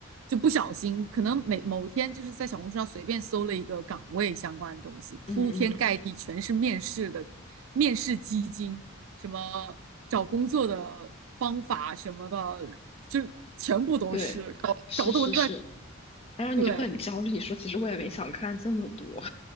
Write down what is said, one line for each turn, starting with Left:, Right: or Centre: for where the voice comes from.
Right: 就不小心，可能每某天就是在小红书上随便搜了一个岗位相关的东西，
Left: 嗯嗯，
Right: 铺天盖地全是面试的面试基金，什么找工作的方法什么的，就全部都是搞搞得我那
Left: 对，是是是，然后你就会很焦虑，
Right: 对。
Left: 你说其实我也没想看这么多。